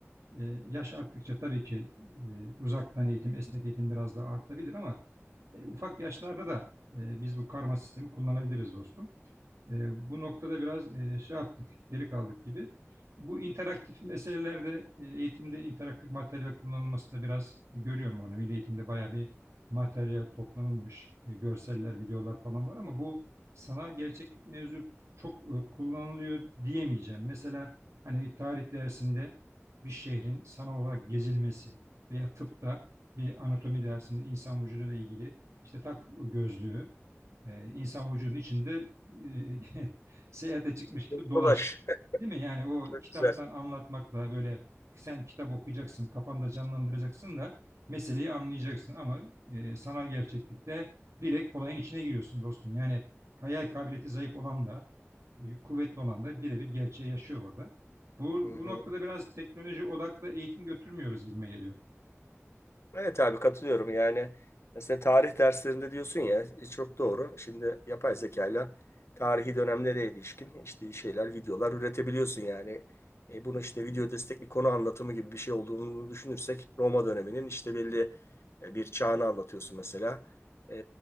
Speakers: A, on the right; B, on the left.
A: E, yaş arttıkça tabii ki e, uzaktan eğitim, esnek eğitim biraz daha artabilir ama e, ufak yaşlarda da e, biz bu karma sistemi kullanabiliriz dostum. E, bu noktada biraz e, şey yaptık, geri kaldık gibi. Bu interaktif meselelerde e, eğitimde interaktif materyal kullanılmasında biraz görüyorum onu. Milli eğitimde bayağı bir materyal toplanılmış. E, görseller, videolar falan var ama bu sanal gerçeklik mevzu çok e, kullanılıyor diyemeyeceğim. Mesela hani bir tarih dersinde bir şehrin sanal olarak gezilmesi veya tıpta bir anatomi dersinde insan vücuduyla ilgili işte tak gözlüğü ee, insan vücudunun içinde e, <laughs> seyahate çıkmış gibi dolaş.
B: Dolaş. <laughs>
A: Değil mi? Yani o
B: Çok
A: kitaptan
B: güzel.
A: anlatmakla böyle sen kitap okuyacaksın, kafanda canlandıracaksın da meseleyi anlayacaksın ama e, sanal gerçeklikte direkt olayın içine giriyorsun dostum. Yani hayal kabiliyeti zayıf olan da, e, kuvvetli olan da birebir gerçeği yaşıyor orada. Bu,
B: Hı hı.
A: bu noktada biraz teknoloji odaklı eğitim götürmüyoruz gibime geliyor.
B: Evet abi katılıyorum yani. Mesela tarih derslerinde diyorsun ya e, çok doğru. Şimdi yapay zekayla tarihi dönemlere ilişkin işte şeyler, videolar üretebiliyorsun yani. E, bunu işte video destekli konu anlatımı gibi bir şey olduğunu düşünürsek Roma döneminin işte belli e, bir çağını anlatıyorsun mesela. E,